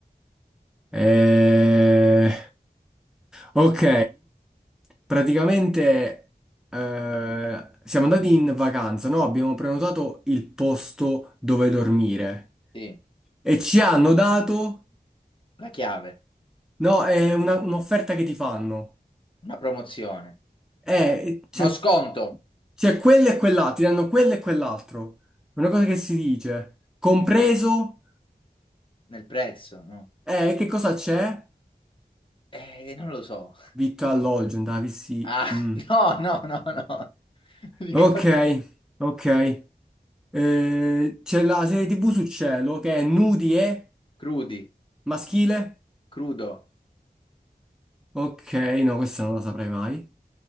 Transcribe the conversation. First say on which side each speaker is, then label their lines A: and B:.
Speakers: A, in the centre; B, on the left.
A: Eh... Ok, praticamente eh, siamo andati in vacanza, no? Abbiamo prenotato il posto dove dormire
B: Sì,
A: e ci hanno dato,
B: la chiave.
A: no, è una- un'offerta che ti fanno.
B: Una promozione,
A: Eh, c'è
B: uno sconto
A: c'è quello e quell'altro, ti danno quello e quell'altro. Una cosa che si dice, compreso,
B: nel prezzo, no?
A: eh, che cosa c'è?
B: Eh, non lo so.
A: Vitto e alloggio, andavi sì.
B: Ah,
A: mm.
B: <laughs> no, no, no, no. <laughs> Ricorda,
A: Ok, ok. Eh, c'è la serie TV su cielo che è nudi e
B: crudi,
A: maschile.
B: crudo,
A: Ok, no, questa non la saprei mai.